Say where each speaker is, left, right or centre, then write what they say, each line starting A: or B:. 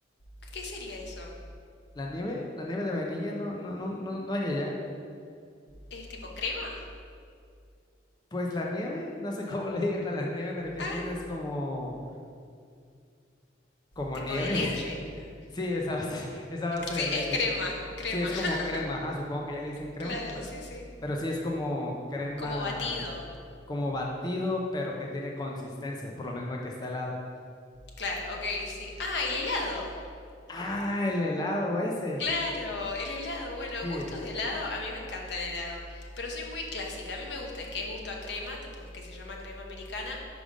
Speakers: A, on the left; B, on the left.
A: ¿Qué, qué sería eso?
B: La nieve, la nieve de vainilla no, no, no, no, no hay allá.
A: ¿Es tipo crema?
B: Pues la nieve, no sé cómo le digan a la nieve en Argentina,
A: Ah,
B: es como, como
A: tipo
B: nieve.
A: de leche.
B: <laughs> Sí, esa base, esa base
A: Sí,
B: de leche.
A: es crema, crema.
B: Sí, es como
A: <laughs>
B: crema, ajá, supongo que ya le dicen crema,
A: Claro,
B: pero,
A: sí, sí.
B: pero sí es como crema,
A: Como batido.
B: como batido, pero que tiene consistencia, por lo mismo de que está helado.
A: Claro, ok, sí. Ah, el helado.
B: Ah, el helado ese,
A: Claro, el helado. Bueno,
B: sí.
A: gustos de helado, a mí me encanta el helado, pero soy muy clásica. A mí me gusta el que es gusto a crema, tipo que se llama crema americana,